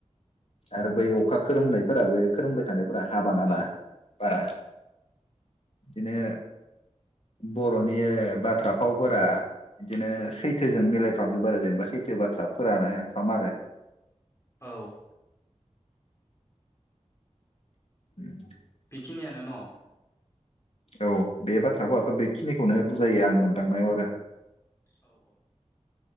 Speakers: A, on the left (about 60°); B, on the left (about 25°).
A: आरो बै अखा खोरोमनायफोराबो खोरोमबाय थानायफोरा हाबाङा
B: औ
A: ना बारा। बिदिनो बर'नि बाथ्रा फावफोरा बिदिनो सैथोजों मिलायफ्रामजोबो आरो जेनेबा सै थो बाथ्रा फोरानो फ्रामआरो।
B: औ
A: उम
B: बिखिनियानो न'
A: औ बे बाथ्राखौ आंथ' बेखिनिखौनो बुजायो आं मोनदांनायाव आरो।
B: औ औ